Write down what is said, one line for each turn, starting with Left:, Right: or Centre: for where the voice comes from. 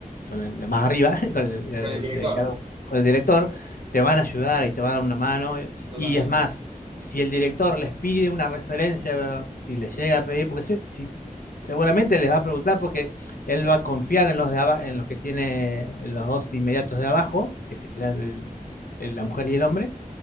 Left: con el de más arriba, <laughs> con el, el-
Right: con el director,
Left: el cargo- con el director, te van a ayudar y te van a dar una mano. Y,
Right: totalmente.
Left: y es más, si el director les pide una referencia, si les llega a pedir, porque se- si, seguramente les va a preguntar porque él va a confiar en los de aba- en los que tiene en los dos inmediatos de abajo, que serán el- el- la mujer y el hombre,